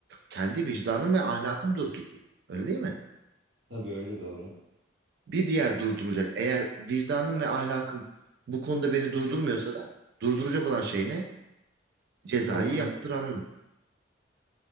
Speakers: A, on the right; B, on the right.
A: kendi vicdanım ve ahlakım durduruyor. Öyle değil mi?
B: tabii öyle doğru.
A: Bir diğer durduracak. Eğer vicdanım ve ahlakım bu konuda beni durdurmuyorsa da durduracak olan şey ne? Cezayı
B: Korkuya
A: yaptıranlar.